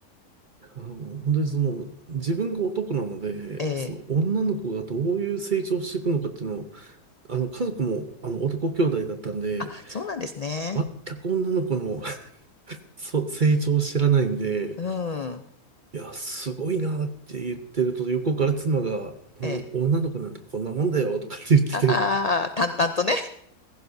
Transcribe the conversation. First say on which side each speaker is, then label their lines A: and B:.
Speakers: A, on the right; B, on the left.
A: あの、本当にその、自分が男なので、
B: ええ。
A: その女の子がどういう成長をしていくのかっていうのを、あの、家族もあの男兄弟だったんで、
B: あ、そうなんですね。
A: 全く女の子の <laughs> そ成長を知らないんで、
B: うん。
A: いや、すごいなって言ってると、横から妻が、この女の子なんてこんなもんだよとかって言って
B: ええ。ああ、淡々とね。